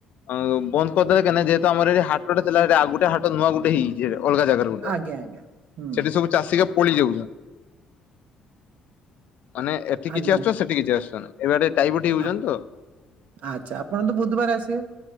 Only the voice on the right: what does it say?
ଆଜ୍ଞା ଆଜ୍ଞା ହୁଁ
ଆଜ୍ଞା
ଆ
ଆଚ୍ଛା ଆପଣ ତ ବୁଧବାର ଆସିବେ